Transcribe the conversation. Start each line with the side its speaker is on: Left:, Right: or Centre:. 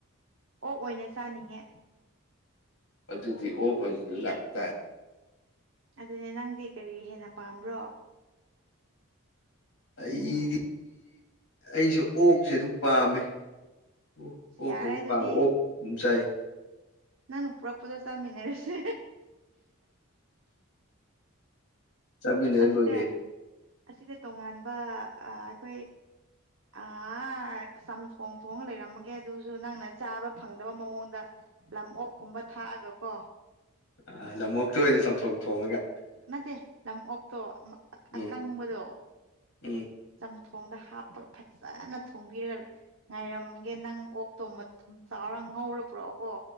Right: ꯑꯣꯛ ꯑꯣꯏꯅ ꯆꯥꯅꯤꯡꯉꯦ
Left: ꯑꯗꯨꯗꯤ ꯑꯣꯛ ꯑꯣꯏꯄꯨ ꯂꯥꯛꯇꯥꯔꯦ
Right: ꯑꯗꯨꯅꯦ ꯅꯪꯗꯤ ꯀꯔꯤ ꯍꯦꯟꯅ ꯄꯥꯝꯕ꯭ꯔꯣ
Left: ꯑꯩꯗꯤ ꯑꯩꯁꯨ ꯑꯣꯛꯁꯦ
Right: ꯑꯩꯁꯨ
Left: ꯑꯗꯨꯝ ꯄꯥꯝꯃꯦ ꯑꯣ ꯑꯣꯛꯁꯦ
Right: ꯌꯥꯔꯦ
Left: ꯑꯗꯨꯝ
Right: ꯑꯗꯨꯗꯤ
Left: ꯄꯥꯝꯃꯦ ꯑꯣꯛ ꯑꯗꯨꯝ ꯆꯥꯏꯌꯦ
Right: ꯅꯪ ꯄꯨꯔꯛꯄꯗꯣ ꯆꯃꯤꯟꯅꯔꯁꯦ
Left: ꯆꯥꯃꯤꯟꯅꯔ
Right: ꯑꯁꯤꯗ
Left: ꯂꯣꯏꯔꯦ
Right: ꯑꯁꯤꯗ ꯇꯣꯉꯥꯟꯕ ꯐꯥ ꯑꯩꯈꯣꯏ ꯑꯥ ꯆꯝꯊꯣꯡ ꯊꯣꯡꯉ ꯂꯩꯔꯝꯃꯒꯦ ꯑꯗꯨꯁꯨ ꯅꯪꯅ ꯆꯥꯕ ꯐꯪꯗꯕ ꯃꯑꯣꯡꯗ ꯂꯝ ꯑꯣꯛꯀꯨꯝꯕ ꯊꯥꯛꯑꯒ ꯀꯣ
Left: ꯑꯥ ꯂꯝꯑꯣꯛꯇꯣ ꯑꯣꯏꯅ ꯆꯝꯊꯣꯡ ꯊꯣꯡꯉꯒ
Right: ꯅꯠꯇꯦ ꯂꯝ ꯑꯣꯛꯇꯣ
Left: ꯎꯝ
Right: ꯑꯀꯪꯕꯗꯣ
Left: ꯎꯝ
Right: ꯆꯝꯊꯣꯡꯗ ꯍꯥꯞꯄꯒ ꯐꯖꯥꯅ ꯊꯣꯡꯕꯤꯔꯒ ꯉꯥꯏꯔꯝꯒꯦ ꯅꯪ ꯑꯣꯛꯇꯣ ꯃꯇꯨꯝ ꯆꯥꯎꯔ ꯉꯧꯔ ꯄꯨꯔꯛꯑꯣꯒꯣ